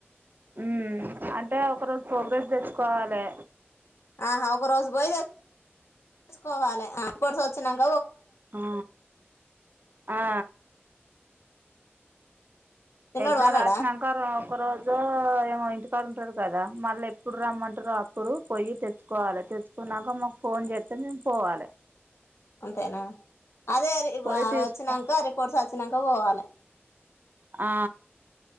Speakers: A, on the right; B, on the left.
A: ఉ అంటే ఒక రోజు ప్రోగ్రెస్ తెచ్చుకోవాలి
B: ఆహా ఒక రోజు పోయిసుకోవాలికోటి వచ్చినక
A: ఆ ఆ
B: చిన్నోడు
A: ఎగ్జామ్
B: పన్నాడా
A: రాసినాంక ఒక రోజు ఏమో ఇంటికాడు ఉంటారు కదా మళ్ళీ ఎప్పుడు రమ్మంటారు ఇప్పుడు పోయి తెచ్చుకోవాలి తెచ్చుకున్నాక మాకు ఫోన్ చేస్తే మేము పోవాలి
B: అంతేనా అదే
A: పోయి
B: వచ్చినాక
A: తీసుకో
B: రిపోర్ట్స్ వచ్చాక పోవాలి
A: ఆ